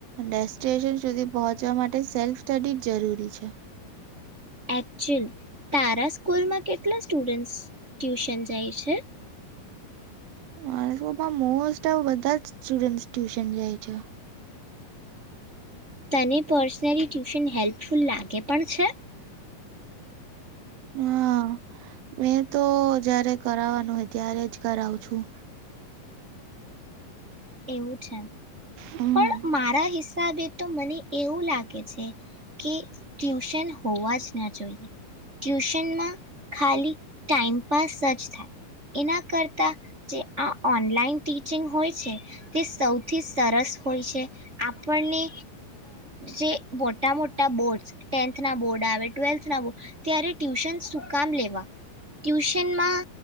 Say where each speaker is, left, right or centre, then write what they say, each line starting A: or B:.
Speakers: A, on the right; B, on the right.
A: ડેસ્ટિનેશન સુધી પહોંચવા માટે સેલ્ફ સ્ટડી જરૂરી છે
B: એકચુલ તારા સ્કૂલમાં કેટલા સ્ટુડન્ટસ ટ્યુશન જાય છે?
A: મારે તોપા મોસ્ટ ઓફ બધા જ સ્ટુડન્ટ ટ્યુશન જાય છે.
B: તને પર્સનલી ટ્યુશન હેલ્પફુલ લાગે પણ છે?
A: હા મેં તો જયારે કરવાનું હોય ત્યારે જ કરાવ છું.
B: એવું છે
A: હમ્મ.
B: પણ મારા હિસા હસાબે તો મને એવું લાગે કે ટ્યુશન હોવા જ ના જોઈએ ટ્યુશનમાં ખાલી ટાઈમપાસ જ થાય એના કરતા જે આ ઓનલાઈન ટીચિંગ હોય છે તે સૌથી સરસ હોય છે આપણને જે મોટા મોટા બોર્ડસ ટેન્થના બોર્ડ આવે ટ્વેલ્થના બોર્ડ ત્યારે ટ્યુશન સુકામ લેવા ટ્યુશનમાં